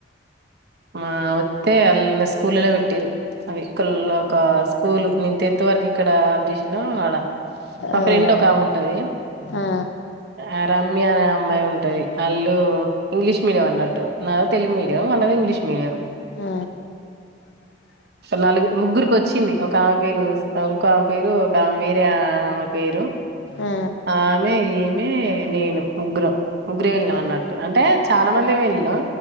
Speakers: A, on the right; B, on the left.
A: మా వత్తే అళ్ళ స్కూల్లనే పెట్టిరు అది కల్ల ఒక స్కూల్ నేను టెన్త్ వరకు ఎక్కడ ఆప్ చేసిన్నో ఆడ మా
B: అవునా
A: ఫ్రెండ్ ఒకమే ఉంటది
B: ఆ
A: ఆ రమ్య అనే అమ్మాయి ఉం టది ఆళ్ళు ఇంగ్లీష్ మీడియం అన్నట్టు నాది తెలుగు మీడియం వాళ్ళది ఇంగ్లీష్ మ్మ్
B: ఆ
A: నలుగు ముగ్గురికి వచ్చింది ఒకామమ పేరు ఇంకో ఆమె పేరు ఒకామే వేరే ఆమె పేరు
B: ఆ
A: ఆమె ఈమె నేను ముగ్గురం ముగ్గురు వెళ్ళినం
B: ఆ
A: అన్నట్టు అంటే చాల మం దే వెళ్ళినం